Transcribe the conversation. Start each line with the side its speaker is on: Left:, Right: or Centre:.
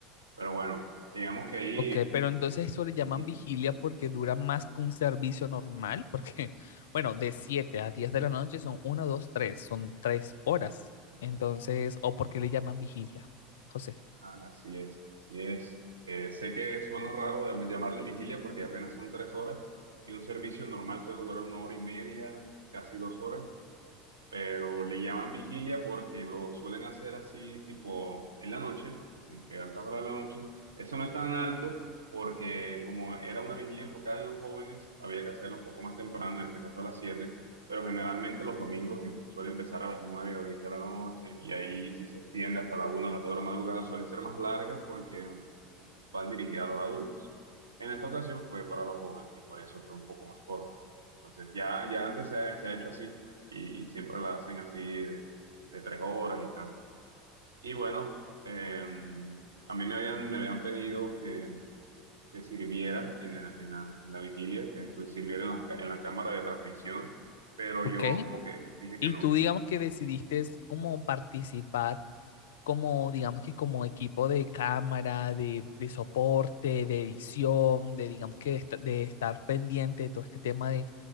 Right: Pero bueno, digamos que ahí
Left: Ok, pero entonces eso le llaman
Right: Ujú.
Left: vigilia porque dura más que un servicio normal, porque, <laughs> bueno, de 7 a 10 de la noche son uno 2 3 son 3 horas. Entonces, o porque le llaman vigilia, José.
Right: Ah, así es, así es. Eh, sé que suena raro llam- llamarle vigilia porque apenas son tres horas y un servicio normal suele durar una hora y media, casi dos horas, pero le llaman vigilia porque lo suelen hacer así tipo en la noche, como que a altas horas de la noche. Eso no es tan alto porque como era una vigilia enfocada en los jóvenes, había que hacerlo un poco más temprano, en este caso a las siete pero generalmente los domingos em- suele empezar a las 9 o 10 de la noche y ahí si se extiende hasta la 1 o las 2 de la madrugada, suelen ser más largas porque van dirigidas a los adultos. En esta ocasión fue para los jóvenes y por eso fue un poco más corta. Entonces, ya, ya antes se ha, se ha hecho así y, y siempre la hacen así de, de tres horas y tal. Y bueno, eh, a mí me habían, me habían pedido que, que sirviera en la, en la, en la vigilia, que estu- sirviera en la, ca- en la cámara de transmisión, pero
Left: Ok,
Right: yo como que dije
Left: y
Right: que no.
Left: tú digamos que decidiste es como participar, como digamos que como equipo de cámara, de, de soporte, de edición, de digamos que de, esta- de estar pendiente de todo este tema de